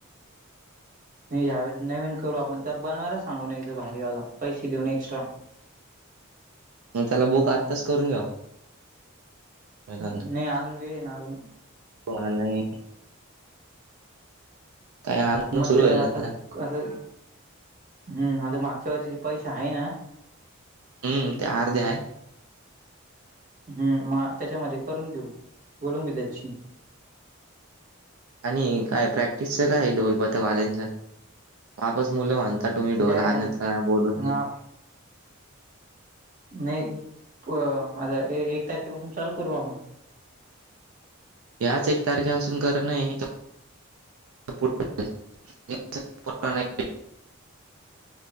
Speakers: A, on the right; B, on the right.
A: नाही यावेेळेस नवीन करू आपण त्यात बनवायला सांगू न भारीवाला पैशे देऊन एक्स्ट्रा
B: मग त्याला बुक आत्ताच करून घ्याव <unintelligible>
A: नाही अजून वेळ आहे ना अजून
B: नाही. काय आंदोलन
A: मग
B: सुरू
A: ते
B: होईल
A: आता
B: ना
A: कसं? हम्म आता मागच्या वरषाचे पैशे आहे ना?
B: हम्म ते अर्धे आहे.
A: हम्म म त्याच्यामध्ये करून घेऊ बोलून घे त्याची
B: आणि काय प्रॅक्टिसच काय ढोलपात वाल्यांच आपस मुलं वाध आता तुम्ही ढोल
A: ते काय
B: आणता
A: आता
B: बोलत नाही.
A: हा नाही प आता ए -एक तारखेपासून चालू करू आपण.
B: याच एक तारखेपासून कर नाही <unintelligible>